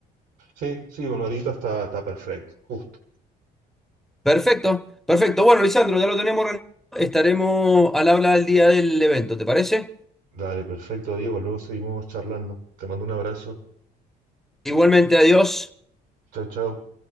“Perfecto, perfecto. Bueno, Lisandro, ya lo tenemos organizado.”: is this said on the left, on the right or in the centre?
Centre